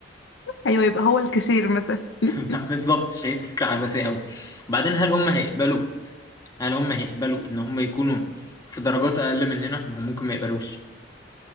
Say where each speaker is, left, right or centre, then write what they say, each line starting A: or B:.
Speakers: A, on the left (about 75°); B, on the left (about 20°).
A: ايوه يبقى هو الكاشير مثلا
B: <laughs>
A: <laughs>
B: بالظبط شايف فكرة عبثية أوي وبعدين هل هم هيقبلوا هل هم هيقبلوا إن هم يكونوا في درجات أقل مننا ما هو ممكن ما يقبلوش